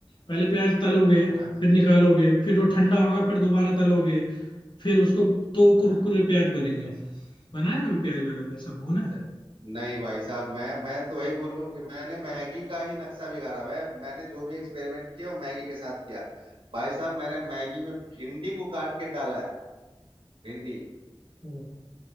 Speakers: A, on the left; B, on the right.
A: पहले प्याज तलोगे
B: हाँ हाँ हाँ
A: फिर निकालोगे फिर वो ठंडा होगा फिर दोबारा तलोगे फिर उसको तो
B: हाँ,
A: कुरकुरे
B: हाँ,
A: प्याज बनेंगे बनाया कभी प्याज वगैरह सब भुना है
B: अच्छा। नहीं भाई साहब मैं मैं तो वही बोलूं कि मैंने मैगी का ही नक्शा बिगाड़ा है मैंने जो भी एक्सपेरिमेंट किया वो मैगी के साथ किया भाई साहब मैंने मैगी में भिंडी को काट के डाला है भिंडी
A: हम्म।